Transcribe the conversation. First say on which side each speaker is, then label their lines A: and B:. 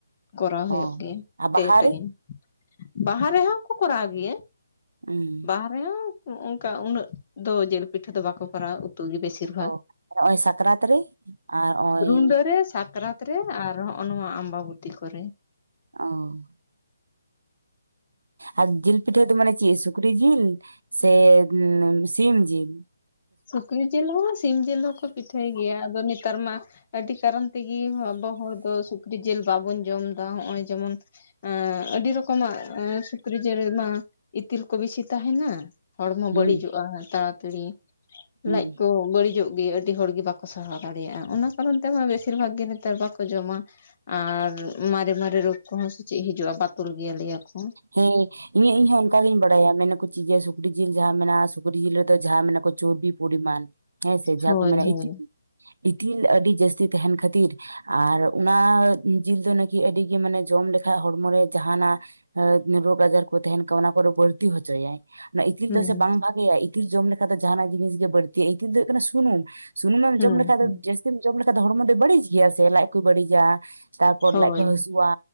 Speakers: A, on the left; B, on the right.
A: ᱠᱚᱨᱟᱣ ᱦᱩᱭᱩᱜ
B: ᱚ
A: ᱜᱮᱭᱟ,
B: ᱟᱨ ᱵᱟᱦᱟ
A: ᱯᱮ ᱴᱟᱭᱤᱢ,
B: ᱨᱮ
A: ᱵᱟᱦᱟ ᱨᱮᱦᱚᱸ ᱠᱚ, ᱠᱚᱨᱟᱣ ᱜᱮᱭᱟ ᱾
B: ᱮᱸᱻᱝ ᱾
A: ᱟᱨᱮ, ᱳᱻ ᱚᱱᱠᱟ, ᱩᱱᱟᱹᱜ ᱫᱚ ᱡᱤᱞ ᱯᱤᱴᱷᱟᱹ ᱫᱚ, ᱵᱟᱠᱚ ᱠᱚᱨᱟᱣᱟ, ᱩᱛᱩ ᱜᱮ ᱵᱮᱥᱤᱨ ᱵᱷᱟᱜᱽ,
B: ᱚ ᱱᱚᱜᱼᱚᱭ ᱥᱟᱠᱨᱟᱛ ᱨᱮ ᱟᱨ ᱱᱚᱜᱼᱚᱭ
A: ᱨᱩᱰᱟᱹ ᱨᱮ, ᱥᱟᱠᱨᱟᱛ ᱨᱮ, ᱟᱨᱦᱚᱸ ᱚᱼᱱᱚᱣᱟ, ᱟᱢᱵᱟᱵᱚᱛᱤ ᱠᱚᱨᱮ
B: ᱚᱻ ᱾ ᱟᱨ, ᱡᱤᱞ ᱯᱤᱴᱷᱟᱹ ᱫᱚ, ᱢᱟᱱᱮ ᱪᱮᱫ? ᱥᱩᱠᱨᱤ ᱡᱤᱞ ᱥᱮ, ᱥᱤᱢ ᱡᱤᱞ ᱾
A: ᱥᱩᱠᱨᱤ ᱡᱤᱞ ᱦᱚᱸ, ᱥᱤᱢ ᱡᱤᱞ ᱦᱚᱸᱠᱚ, ᱯᱤᱴᱷᱟᱹᱭ ᱜᱮᱭᱟ ᱾ ᱟᱫᱚ, ᱱᱮᱛᱟᱨ ᱢᱟ ᱟᱹᱰᱤ ᱠᱟᱨᱚᱱ ᱛᱮᱜᱮ, ᱟᱵᱚ ᱦᱚᱲ ᱫᱚ, ᱥᱩᱠᱨᱤ ᱡᱤᱮᱞ ᱵᱟᱵᱚᱱ, ᱡᱚᱢ ᱮᱫᱟ, ᱱᱚᱜ-ᱚᱭ ᱡᱮᱢᱚᱱ ᱮᱸᱻ ᱟᱹᱰᱤ ᱨᱚᱠᱚᱢᱟᱜ, ᱥᱩᱠᱨᱤ ᱡᱮᱞᱢᱟ, ᱤᱛᱤᱞ ᱠᱚ, ᱵᱤᱥᱤ ᱛᱟᱦᱮᱱᱟ ᱾ ᱦᱚᱲᱢᱚ
B: ᱦᱩᱸ
A: ᱵᱟᱹᱲᱤᱡᱚᱜ-ᱟ, ᱛᱟᱲᱟ ᱛᱟᱹᱲᱤ,
B: ᱦᱩᱸ
A: ᱞᱟᱡ ᱠᱚ, ᱵᱟᱹᱲᱤᱡᱚᱜ ᱫᱤᱭᱮ ᱟᱹᱰᱤ ᱦᱚᱲᱜᱮ, ᱵᱟᱠᱚ ᱥᱟᱦᱟᱣ ᱫᱟᱲᱮᱭᱟᱜ-ᱟ ᱾ ᱚᱱᱟ ᱠᱟᱨᱚᱱ ᱛᱮᱢᱟ, ᱵᱮᱥᱤᱨ ᱵᱷᱟᱜᱽ ᱜᱮ, ᱱᱮᱛᱟᱨ ᱵᱟᱠᱚ ᱡᱚᱢᱟ ᱟᱨ, ᱢᱟᱨᱮ ᱢᱟᱨᱮ, ᱨᱳᱜᱽ ᱠᱚᱦᱚᱸ, ᱥᱮ ᱪᱮᱫ ᱦᱤᱡᱩᱜ-ᱟ, ᱵᱟᱛᱚᱞ ᱜᱮᱭᱟ ᱞᱟ. ᱭᱟ ᱠᱚ
B: ᱦᱮᱸ, ᱤᱧᱟᱜ ᱤᱧ ᱦᱚᱸ, ᱚᱱᱠᱟ ᱜᱤᱧ ᱵᱟ ᱰᱟᱭᱟ, ᱢᱮᱱᱟ ᱠᱚ ᱪᱮᱫ? ᱥᱩᱠᱨᱤ ᱡᱤᱞ ᱡᱟᱦᱟᱸ ᱢᱮᱱᱟᱜ-ᱟ, ᱥᱩᱠᱨᱤ ᱡᱤᱞ ᱨᱮᱫᱚ, ᱡᱟᱦᱟᱸ ᱢᱮᱱᱟᱜ ᱠᱚ, ᱪᱚᱨᱵᱤ ᱯᱚᱨᱤᱢᱟᱱ ᱦᱮᱸ ᱥᱮ, ᱡᱟᱦᱟᱸ
A: ᱦᱳᱭ
B: ᱠᱚ ᱢᱮᱱᱟ,
A: ᱦᱳᱭ
B: ᱤᱛᱤᱞ, ᱤᱛᱤᱞ ᱟᱹᱰᱤ, ᱡᱟᱹᱥᱛᱤ ᱛᱟᱦᱮᱱ ᱠᱷᱟᱹᱛᱤᱨ ᱟᱨ, ᱚᱱᱟ ᱡᱤᱞ ᱫᱚ, ᱱᱟᱠᱤ ᱟᱹᱰᱤ ᱜᱮ ᱢᱟᱱᱮ, ᱡᱚᱢ ᱞᱮᱠᱷᱟᱡ ᱠᱷᱟᱱ ᱦᱚᱲᱢᱚ ᱨᱮ, ᱡᱟᱦᱟᱸᱱᱟᱜ, ᱨᱳᱜᱽ ᱟᱡᱟᱨ ᱠᱚ, ᱛᱟᱦᱮᱱ ᱠᱷᱟᱡ, ᱚᱱᱟ ᱠᱚᱨᱮ, ᱵᱟᱹᱲᱛᱤ ᱦᱚᱪᱚᱭᱟᱭ ᱾ ᱚᱱᱟ, ᱤᱛᱤᱞ
A: ᱦᱩᱸ
B: ᱫᱚ, ᱥᱮ ᱵᱟᱝ ᱵᱷᱟᱜᱮᱭᱟ, ᱤᱛᱤᱞ ᱡᱚᱢ ᱞᱮᱠᱷᱟᱱ ᱫᱚ, ᱡᱟᱦᱟᱸᱱᱟᱜ ᱡᱤᱱᱤᱥ ᱜᱮ, ᱵᱟᱹᱲᱛᱤᱜᱼᱟ ᱾ ᱤᱛᱤᱞ ᱫᱚ, ᱦᱩᱭᱩᱜ ᱠᱟᱱᱟ ᱥᱩᱱᱩᱢ ᱾ ᱥᱩᱱᱩᱢ ᱮᱢ
A: ᱦᱩᱸ
B: ᱡᱚᱢ ᱞᱮᱠᱷᱟᱡ
A: ᱦᱩᱸ
B: ᱫᱚ, ᱡᱟᱹᱥᱛᱤᱢ ᱡᱚᱢ ᱞᱮᱠᱷᱟᱱ ᱫᱚ, ᱦᱚᱲᱢᱚ ᱫᱚᱭ ᱵᱟᱹᱲᱤᱡ ᱜᱮᱭᱟ, ᱥᱮ ᱞᱟᱡ ᱠᱚᱭ, ᱵᱟᱹᱲᱤᱡᱟ ᱾ ᱛᱟᱨ ᱯᱚᱨ
A: ᱦᱳᱭ
B: ᱞᱟᱡ ᱠᱚ, ᱦᱟᱹᱥᱩᱣᱟ,